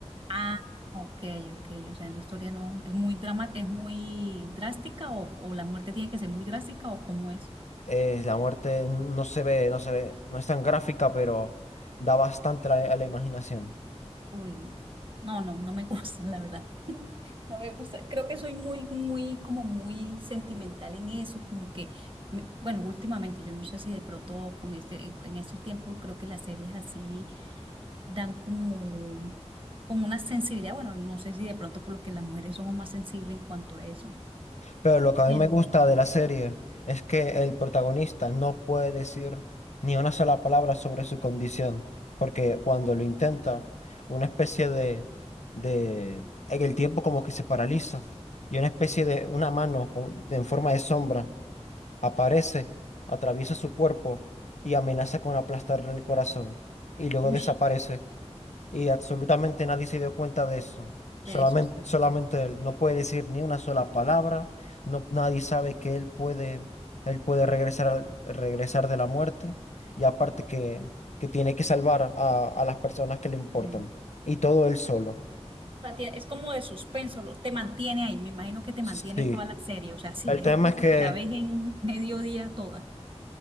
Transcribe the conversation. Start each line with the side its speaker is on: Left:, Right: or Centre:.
Right: Ah, ok, ok. O sea, en la historia no. ¿Es muy drama, es muy drástica o, o la muerte tiene que ser muy drástica o cómo es?
Left: Eh, la muerte no se ve, no se ve, no es tan gráfica, pero da bastante la a la imaginación.
Right: Uy, no. No, no, no me <laughs> gustan, la verdad. <laughs> No me gusta. Creo que soy muy, muy, como muy sentimental en eso, como que, me- bueno, últimamente, yo no sé si de pronto con este, en estos tiempos creo que las series así dan como, como una sensibilidad. Bueno, no sé si de pronto por lo que las mujeres somos más sensibles en cuanto a eso.
Left: Pero lo que a
Right: Pero,
Left: mí me gusta de la serie es que el protagonista no puede decir ni una sola palabra sobre su condición, porque cuando lo intenta, una especie de, de, en el tiempo como que se paraliza y una especie de, una mano con- en forma de sombra aparece, atraviesa su cuerpo y amenaza con aplastarle el corazón y luego
Right: uy,
Left: desaparece. Y absolutamente nadie se dio cuenta de eso. Solamente,
Right: de eso sí.
Left: solamente él. No puede decir ni una sola palabra. No, nadie sabe que él puede, él puede regresar, al- regresar de la muerte. Y aparte que, que tiene que salvar a, a las personas que le importan.
Right: sí.
Left: Y todo él solo.
Right: O sea, tie- es como de suspenso, lo- te mantiene ahí, me imagino que te
Left: Sí.
Right: mantiene toda la serie, o sea, si
Left: El
Right: es
Left: tema
Right: caso
Left: es que,
Right: que la ves en mediodía toda.